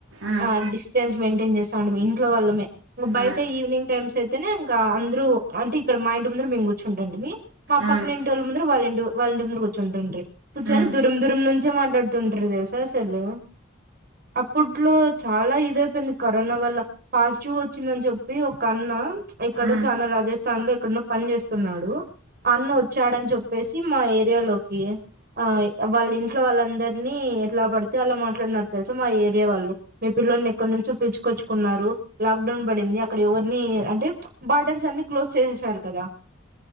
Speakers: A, on the right; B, on the right.
A: ఉమ్,
B: ఆ డిస్టెన్స్ మెయింటైన్ చేసా ఇంట్లో వాళ్ళమే ఇంకా బయట
A: ఉమ్,
B: ఈవినింగ్. మ్స్ అయితేనే ఇంకా అందరు అంటే ఇక్కడ మా ఇంటి ముందర మీము కూర్చుంటండి మీ. మా పక్కన
A: ఉమ్,
B: ఇంటి వాళ్ళ ముందర వాళ్ళ ఇంటి. వాళ్ళంటి ముందు కూర్చుంటండ్రి. కూర్చొని
A: ఉమ్,
B: దూరం దూరం నుంచే మాట్లాడుతుండ్రి తెలుసా అసలు. అప్పట్లో చాలా ఇదైపోయింది కరోనా వల్ల పాజిటివ్ వచ్చిందని చెప్పి. కన్నా ఇక్కడ
A: ఉమ్.
B: చానా రాజస్. స్తాన్ లో ఇక్కడ పని చేేస్తున్నాడు. అన్న వచ్చాడని చెప్పేసి మా ఏరియాలోకి. ఆ వాళ్ళ ఇంట్లో వాళ్ళందరినీ ఎట్లా పడితే అట్లా మాట్లాడిన తెలుసు మా ఏరియా వాళ్ళు మేబి. పిల్లోన్ని ఎక్కడి నుంచో పిలుచుకొన్నారు లాక్డౌ పడింది అక్కడ ఎవరు‌. ని అంటే బార్డర్స్ అన్ని క్లోజ్ చేసేసినారు కదా.